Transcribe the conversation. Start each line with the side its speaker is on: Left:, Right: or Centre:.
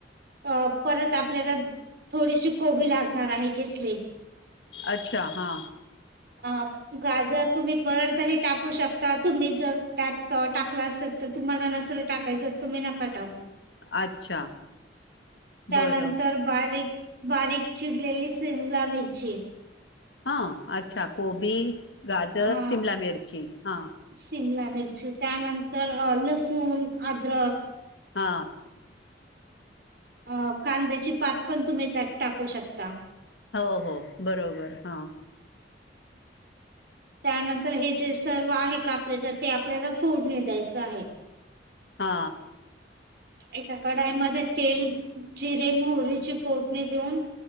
Right: अ परत आपल्याला थोडीशी कोबी लागणार आहे किस
Left: अच्छा हा.
Right: अ गाजर तुम्ही परत ही टाकू शकता तुम्ही जर त्यात टाकला असेल तर तुम्हाला नसल. टाकायचं तुम्ही नका टाकू.
Left: अच्छा
Right: त्यानंतर
Left: बरं
Right: बारीक बारीक चिरलेली शिमला मिरची
Left: हा अच्छा कोबी गाजर,
Right: हा
Left: शिमला मिरची हा
Right: सिमला मिरची त्यानंतर लसूण अद्रक
Left: हा.
Right: अ कांद्याची पात पण तुम्ही त्यात टाकू शकता.
Left: हो हो बरोबर हा
Right: त्यानंतर हे जे सर्व आहे का आपल्याला ते आपल्याला फोडणी द्यायचं आहे.
Left: हा
Right: एका कढाईमध्ये तेल जिरे मोहरीची फोडणी देऊन